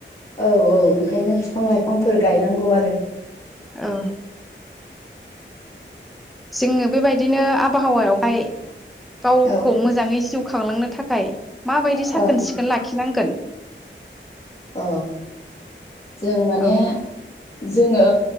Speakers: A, on the left (about 30°); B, in the centre.
A: औ औ ओंखायनो फिफां लाइ फांफोर गायनांगौ आरो
B: औ। जोंनो बेबायदिनो आबहावायावहाय गावखौ
A: औ
B: मोजाङै जिउ खांलांनो थाखाय माबायदि
A: औ
B: साखोन सिखोन लाखि नांगोन
A: औ जों माने
B: औ
A: जोङो